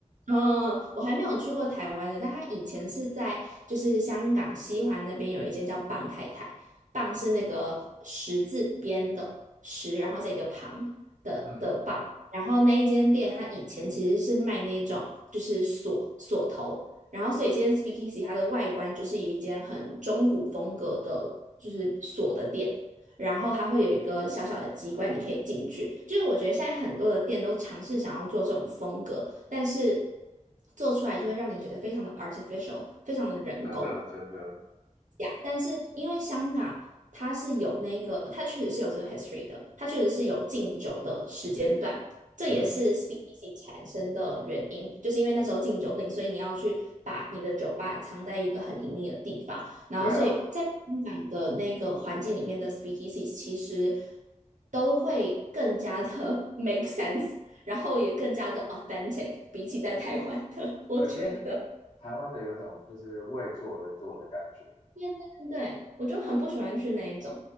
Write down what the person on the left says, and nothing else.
<laughs> 嗯。
真的真的，
嗯，
对啊，
对，就是台湾的有一种就是为做而做的感觉，